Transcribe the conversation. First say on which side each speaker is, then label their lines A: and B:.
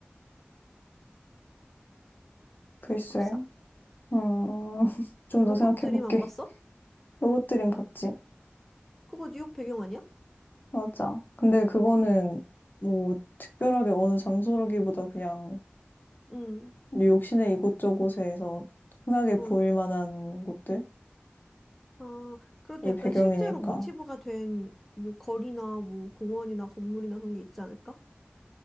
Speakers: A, on the left; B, in the centre.
A: 글쎄.
B: 없어?
A: 음, <laughs> 좀
B: 로봇
A: 더 생각해
B: 드림
A: 볼게.
B: 안 봤어?
A: 로봇드림 봤지?
B: 그거 뉴욕 배경 아니야?
A: 맞아. 근데 그거는 뭐 특별하게 어느 장소라기보다 그냥
B: 응,
A: 뉴욕 시내 이곳저곳에서 흔하게
B: 어.
A: 보일 만한 곳들이
B: 아, 그래도 약간
A: 배경이니까.
B: 실제로 모티브가 된 뭐 거리나 뭐 공원이나 건물이나 그런 게 있지 않을까?